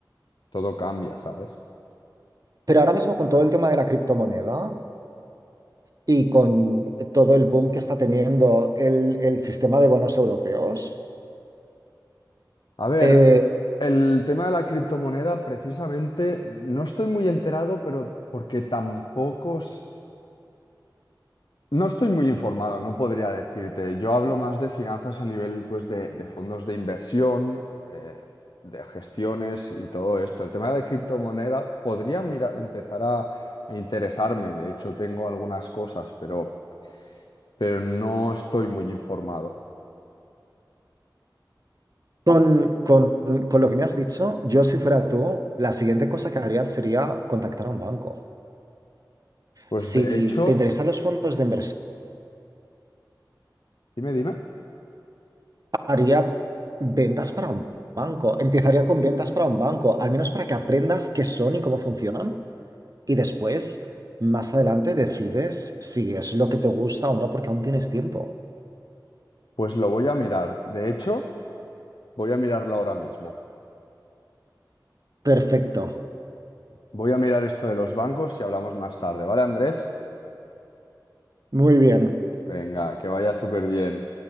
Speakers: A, on the left; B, on the right.
A: todo cambia, ¿sabes?
B: Pero ahora mismo con todo el tema de la criptomoneda y con todo el boom que está teniendo el, el sistema de bonos europeos,
A: A ver,
B: eh,
A: El tema de la criptomoneda, precisamente, no estoy muy enterado, pero porque tampoco... s- No estoy muy informado, no podría decirte. Yo hablo más de finanzas a nivel, pues, de, de fondos de inversión, eh, de gestiones y todo esto. El tema de criptomoneda podría mira, empezar a, a interesarme. De hecho, tengo algunas cosas, pero, pero no estoy muy informado.
B: con, con- con lo que me has dicho, yo si fuera tú, la siguiente cosa que haría sería contactar a un banco.
A: Pues
B: Si
A: de hecho,
B: te interesan los fondos de inversión,
A: dime, dime.
B: haría ventas para un banco. Empezaría con ventas para un banco, al menos para que aprendas qué son y cómo funcionan. Y después, más adelante, decides si es lo que te gusta o no, porque aún tienes tiempo.
A: Pues lo voy a mirar. De hecho, voy a mirarlo ahora mismo.
B: Perfecto.
A: Voy a mirar esto de los bancos y hablamos más tarde, ¿vale, Andrés?
B: Muy bien.
A: Venga, que vaya súper bien.